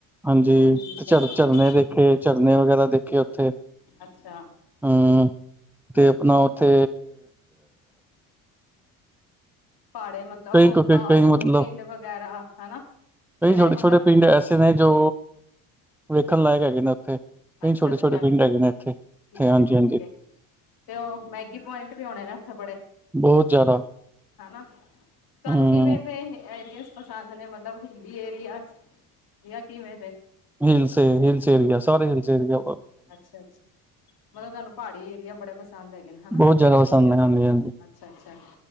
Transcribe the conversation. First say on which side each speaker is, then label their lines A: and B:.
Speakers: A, in the centre; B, on the left.
A: ਹਾਂਜੀ,
B: ਠੀਕ
A: ਤੇ
B: ਹੈ
A: ਝਰ
B: ਠੀਕ
A: ਝਰਨੇ
B: ਹੈ
A: ਦੇਖੇ ਝਰਨੇ ਵਗੈਰਾ ਦੇਖੇ ਓਥੇ।
B: ਅੱਛਾ।
A: ਹੂੰ,
B: ਠੀਕ
A: ਤੇ ਅਪਨਾ
B: ਹੈ ਠੀਕ
A: ਓਥੇ
B: ਹੈ। ਭਾੜੇ ਮਤਲਬ
A: ਕਈ
B: ਓ ਗਾਉ
A: ਕਈ ਮਤਲਬ
B: ਪਿੰਡ ਵਗੈਰਾ, ਹਨਾ,
A: ਕਈ
B: ਜੇੜੇ
A: ਛੋਟੇ
B: ਮਤਲਵ
A: ਛੋਟੇ ਪਿੰਡ ਐਸੇ ਨੇ ਜੋ ਵੇਖਣ ਲਾਏਕ ਹੈਗੇ ਨੇ ਓਥੇ, ਕਈ
B: ਅੱਛਾ
A: ਛੋਟੇ-ਛੋਟੇ
B: ਅੱਛਾ
A: ਪਿੰਡ ਹੈਗੇ ਨੇ ਏਥੇ,
B: ਠੀਕ
A: ਹਾਂਜੀ-ਹਾਂਜੀ।
B: ਹੈ ਠੀਕ ਹੈ। ਤੇ ਓ ਮੈਗੀ ਪੁਆਈਟ ਵੀ ਹੋਣੇ ਨੇ ਓਥੇ ਬੜੇ
A: ਬਹੁਤ ਜ਼ਿਆਦਾ
B: ਹਨਾ, ਧਾਨੂੰ
A: ਹੂੰ
B: ਕਿਵੇਂ ਦੇ ਇਹ ਆਈਡੀਸ ਪਸੰਦ ਨੇ ਮਤਲਵ ਹਿਲੀ ਏਰੀਆਸ ਜਾ ਕਿਵੇਂ ਦੇ?
A: ਹੀਲ ਸੇ ਹੀਲ ਸੇ ਸਾਰੇ ਹੀਲ ਈ ਆ।
B: ਅੱਛਾ-ਅੱਛਾ, ਮਲਬ ਧਾਨੂੰ ਭਾੜੀ ਏਰੀਆ ਬੜੇ ਪਸੰਦ ਹੈਗੇ ਨੇ ਹਨਾ।
A: ਬੌ ਜਾਦਾ ਪਸੰਦ ਨੇ ਹਾਂਜੀ-ਹਾਂਜੀ।
B: ਅੱਛਾ-ਅੱਛਾ,